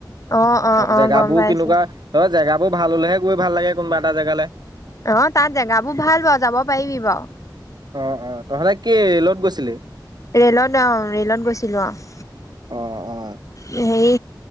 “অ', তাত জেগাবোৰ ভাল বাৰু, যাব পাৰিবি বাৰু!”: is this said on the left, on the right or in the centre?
Left